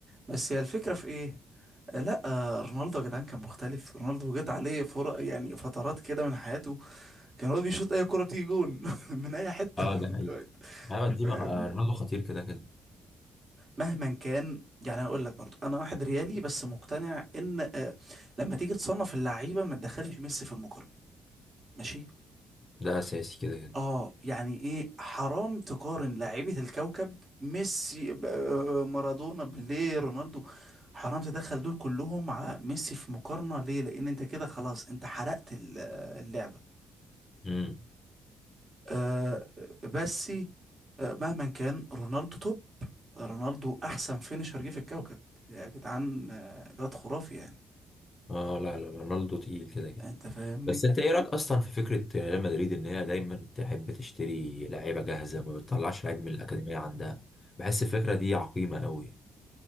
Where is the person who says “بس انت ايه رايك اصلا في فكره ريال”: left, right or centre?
Left